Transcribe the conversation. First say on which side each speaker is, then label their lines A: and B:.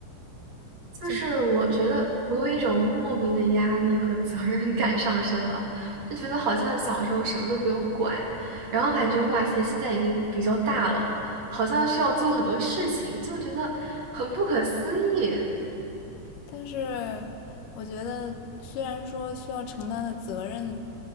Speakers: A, on the right (about 50°); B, on the left (about 75°).
A: 就是我觉得我有一种莫名的压力和责任感上升了，
B: 就是，
A: 就觉得好像小时候什么都不用管，然后感觉哇塞，现在已经比较大了，好像需要做很多事情，就觉得很不可思议。
B: 但是我觉得虽然说需要承担的责任